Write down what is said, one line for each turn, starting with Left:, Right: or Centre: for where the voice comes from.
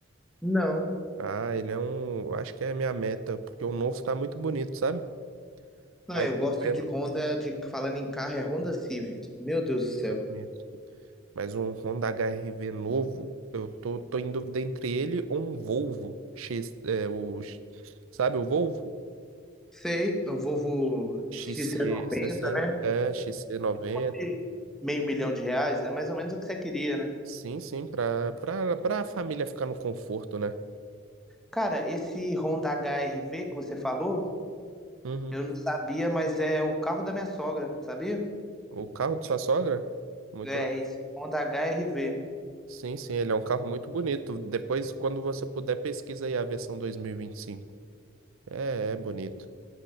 Centre: Não.
Right: Ah, ele é um. eu Acho que é a minha meta, porque o novo tá muito bonito, sabe?
Centre: Não,
Right: Aí
Centre: eu
Right: tá
Centre: gosto
Right: vendo.
Centre: de Honda, de falando em carro, é Honda Civic. Meu Deus do céu.
Right: É bonito. Mas um Honda HR-V novo, eu tô, tô em dúvida entre ele ou um Volvo X, é, o, X- sabe o Volvo?
Centre: Sei, o Volvo
Right: XC60,
Centre: xc noventa, né?
Right: é, XC90.
Centre: E Meio milhão de reais, é mais ou menos o que você queria, né?
Right: Sim, sim, pra, pra, pra família ficar no conforto, né?
Centre: Cara, esse Honda HRV que você falou,
Right: Uhum.
Centre: eu não sabia, mas é o carro da minha sogra, sabia?
Right: O carro de sua sogra? Muito
Centre: É,
Right: legal.
Centre: esse Honda HRV.
Right: Sim, sim, ele é um carro muito bonito. Depois, quando você puder, pesquisa aí a versão 2025. É, é bonito.